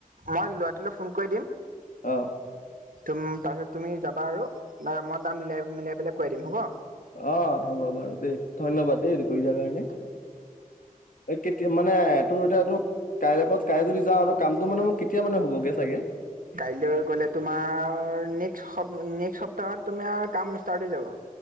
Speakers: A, on the right (about 75°); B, on the left (about 70°).
A: মই ল'ৰাটোলৈ ফোন কৰি দিম
B: অ।
A: তুম তাৰপিছত তুমি যাবা আৰু মই তাৰ মিলাই, মিলাই পেলাই কোৱাই দিম হ'ব।
B: অ হ'ব বাৰু দেই ধন্যবাদ দেই <unintelligible> কাৰণে। কেতিয়া মানে তোৰ এতিয়া তোৰ কাইলৈ প কাইলৈ যদি যাওঁ আৰু। কামটো মানে মোক কেতিয়া মানে হ'বগৈ চাগে।
A: কাইলৈ গ'লে তোমাৰ নেক্স সপ্তাহত তোমাৰ কাম ষ্টাৰ্ট হৈ যাব।